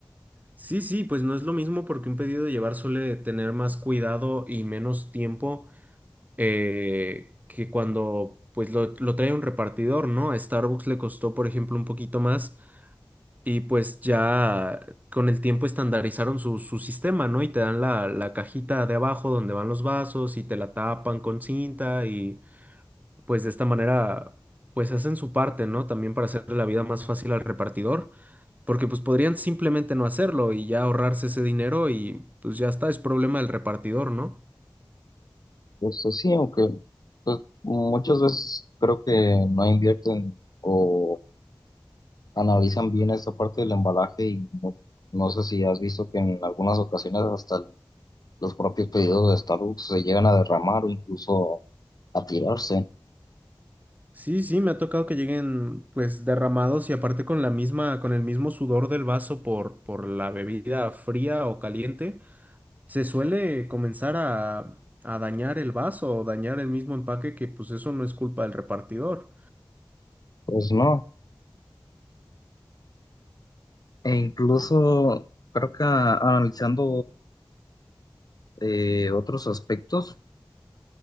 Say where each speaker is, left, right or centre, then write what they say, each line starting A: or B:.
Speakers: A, on the right (about 20°); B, on the left (about 50°).
A: Sí, sí, pues no es lo mismo porque un pedido de llevar suele tener más cuidado y menos tiempo eh, que cuando pues lo, lo trae un repartidor, ¿no? A Starbucks le costó, por ejemplo, un poquito más y pues ya con el tiempo estandarizaron su, su sistema, ¿no? Y te dan la, la cajita de abajo donde van los vasos y te la tapan con cinta y pues de esta manera pues hacen su parte, ¿no? También para hacerle la vida más fácil al repartidor. Porque pues podrían simplemente no hacerlo y ya ahorrarse ese dinero y pues ya está, es problema del repartidor, ¿no?
B: Justo sí, aunque pues, muchas veces creo que no invierten o analizan bien esta parte del embalaje y no, no sé si has visto que en algunas ocasiones hasta el- los propios pedidos de Starbucks se llegan a derramar o incluso a tirarse.
A: Sí, sí, me ha tocado que lleguen pues derramados y aparte con la misma, con el mismo sudor del vaso por, por la bebida fría o caliente, se suele comenzar a, a dañar el vaso o dañar el mismo empaque que pues eso no es culpa del repartidor.
B: Pues no, e incluso creo que a- analizando eh, otros aspectos